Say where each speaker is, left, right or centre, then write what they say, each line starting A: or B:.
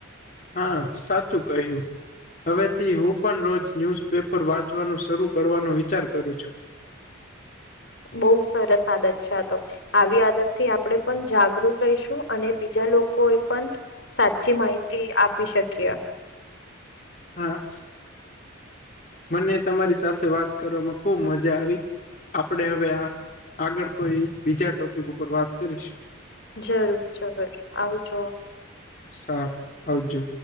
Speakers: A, on the left; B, on the left.
A: હા, સાચું કહ્યું. હવેથી હું પણ રોજ ન્યૂઝપેપર વાંચવાનું શરૂ કરવાનો વિચાર કરું છું.
B: બઉુ સરસ આદત છે તો. આવી આદત આપણે પણ જાગૃત રહીશું અને બીજા લોકો પણ સાચી માહિતી આપી શકીએ.
A: હા, મને તમારી સાથે વાત કરવામાં ખુબ મજા આવી. આપણે હવે આ આગળ કોઈ બીજા ટોપિક ઉપર વાત કરીશું
B: જરૂર, જરૂર આવજો.
A: સારું આવજો.